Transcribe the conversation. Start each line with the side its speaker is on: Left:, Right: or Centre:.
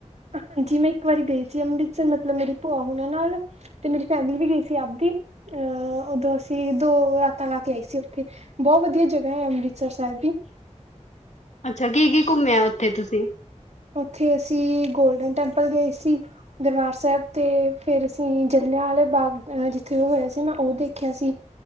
Right: ਹਾਂਜੀ ਮੈਂ ਇੱਕ ਵਾਰੀ ਗਈ ਸੀ ਅੰਮ੍ਰਿਤਸਰ ਮਤਲਬ ਮੇਰੀ ਭੂਆ ਹੂਨਾਂ ਨਾਲ। ਤੇ ਮੇਰੀ ਫੈਮਿਲੀ ਵੀ ਗਈ ਸੀ ਆਪਦੀ ਅਹ ਉਦੋਂ ਅਸੀਂ ਦੋ ਰਾਤਾਂ ਲਾ ਕੇ ਆਏ ਸੀ ਉੱਥੇ। ਬੋਤ ਵਧੀਆ ਜਗਾ ਏ ਅੰਮ੍ਰਿਤਸਰ ਸਾਹਿਬ ਵੀ।
Left: ਅੱਛਾ ਕੀ- ਕੀ ਘੁੰਮੇਿਆ ਉੱਥੇ ਤੁਸੀਂ?
Right: ਉੱਥੇ ਅਸੀਂ ਗੋਲਡਨ ਟੈਂਪਲ ਗਏ ਸੀ। ਦਰਬਾਰ ਸਾਹਿਬ ਤੇ ਫੇਰ ਅਸੀਂ ਜਲਿਆਂ ਵਾਲੇ ਬਾਗ ਜਿੱਥੇ ਉਹ ਹੋਇਆ ਸੀ ਨਾ ਉਹ ਦੇਖਿਆ ਸੀ।